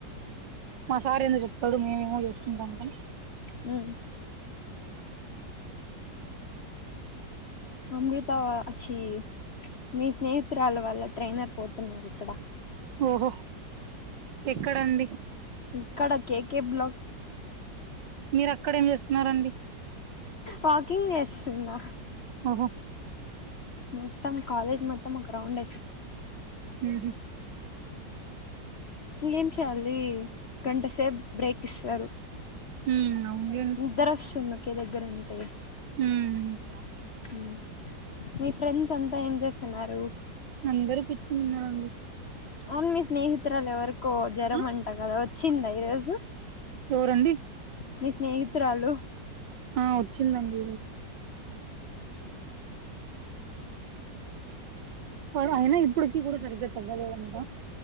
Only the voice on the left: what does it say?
ఊ అమృత వా ఛీ మీ స్నేహితురాలు వాళ్ళ ట్రైనర్ పోతున్నారు ఇక్కడ
ఇక్కడ కే కే బ్లా
వాకింగ్ చేస్తున్నా
మొత్తం కాలేజ్ మొత్తం ఒక రౌండ్ ఏసొస్
ఏం చేయాలి గంటసేపు బ్రేక్ ఇస్తారు
నిద్దరొస్తుంది ఒకే దగ్గరుంటే
మ్ మీ ఫ్రెండ్స్ అంతా ఏం చేస్తున్నారు
అవును మీ స్నేహితురాలు ఎవరికో జ్వరం
అంట కదా వచ్చిందా ఈరోజు
మీ స్నేహితురాలు